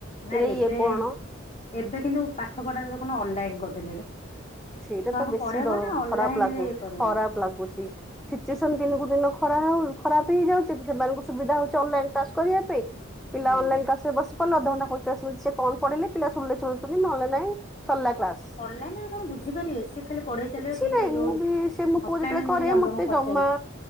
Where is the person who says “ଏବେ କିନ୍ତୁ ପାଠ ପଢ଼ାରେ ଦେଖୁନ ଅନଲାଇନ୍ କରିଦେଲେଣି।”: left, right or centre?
Left